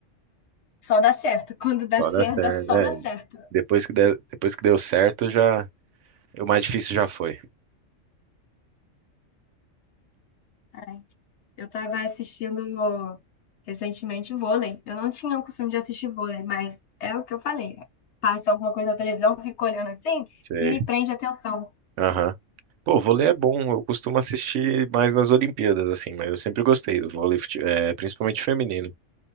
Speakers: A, on the left (about 65°); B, on the right (about 75°).
A: só dá certo. <laughs> Quando dá
B: só
A: certo,
B: dá certo,
A: dá- só
B: né,
A: dá certo.
B: depois que, der, depois que deu certo já, o mais difícil já foi.
A: Ai, Eu estava assistindo recentemente vôlei. Eu não tinha o costume de assistir vôlei, mas é o que eu falei. Passa alguma coisa na televisão, eu fico olhando assim
B: Sei,
A: e me prende a atenção.
B: aham. Pô, vôlei é bom, eu costumo assistir mais nas Olimpíadas, assim, mas eu sempre gostei do vôlei, fute- é, principalmente feminino,